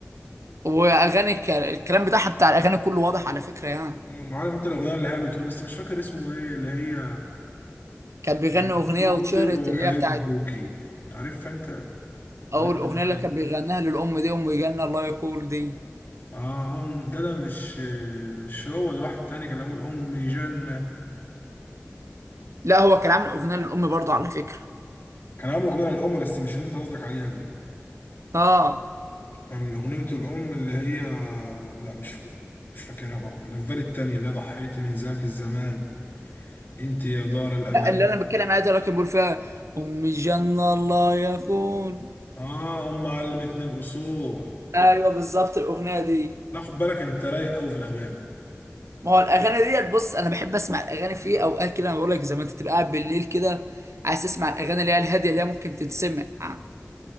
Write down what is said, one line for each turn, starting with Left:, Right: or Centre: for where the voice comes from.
Right: واغاني الك- الكلام بتاعها بتاع الاغاني كله واضح على فكره يعني
Left: مم، عارف انت الاغنيه اللي هي بتقول بس مش فاكر اسمه ايه اللي هي
Right: كان بيغني
Left: بتقولي
Right: اغنيه واتشهرت اللي
Left: احبك
Right: هي بتاعت
Left: عارف انت
Right: اول
Left: عارف
Right: اغنيه
Left: الأغنية
Right: اللي كان
Left: دي؟
Right: بيغناها للام دي ام جنه الله يقول دي
Left: اه هم ده ده مش مش هو ده واحد تاني كان اول امي جنه
Right: لا هو كان عامل اغنيه للام برضه على فكره
Left: كان عامل اغنيه للام بس مش اللي انت قصدك عليها دي
Right: اه
Left: كان أغنية الأم اللي هي لا مش ف... مش فاكرها برضو اللي في بالي التانية اللي هي ضحيت من ذاك الزمان انت يا دار الأمان
Right: لا اللي انا بتكلم عليها ده اللي كان بيقول فيها ام جنه الله يقول
Left: اه أم علمتني الأصول
Right: ايوه بالظبط الاغنيه دي
Left: لا خد بالك انت رايق أوي في الأغاني
Right: ما هو الاغاني ديت بص انا بحب اسمع الاغاني في اوقات كده انا بقول لك زي ما انت تبقى قاعد بالليل كده عايز تسمع الاغاني اللي هي الهاديه اللي هي ممكن تتسمع آه،